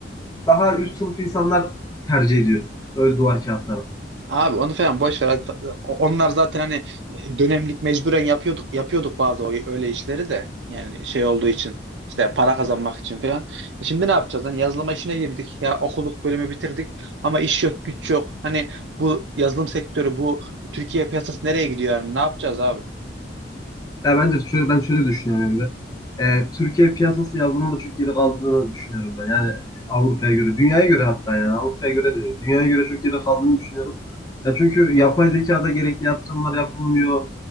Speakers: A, on the left; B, on the right.
A: daha üst sınıf insanlar tercih ediyor. Öyle duvar kağıtlarını.
B: Abi onu falan boş ver. Hadi ta- Onlar zaten hani e, dönemlik mecburen yapıyorduk yapıyorduk bazı o- öyle işleri de. Yani şey olduğu için işte para kazanmak için falan. E Şimdi ne yapacağız? Hani yazılıma işine girdik. Ya okuduk bölümü bitirdik ama iş yok, güç yok. Hani bu yazılım sektörü, bu Türkiye piyasası nereye gidiyor yani? Ne yapacağız abi?
A: Ya bence şöyle ben şöyle düşünüyorum da Ee, Türkiye piyasası yazılımda çok geri kaldığını düşünüyorum ben. Yani Avrupa'ya göre, dünyaya göre hatta yani Avrupa'ya göre de değil. Dünyaya göre çok geri kaldığını düşünüyorum. Ya çünkü yapay zekada gerekli yatırımlar yapılmıyor.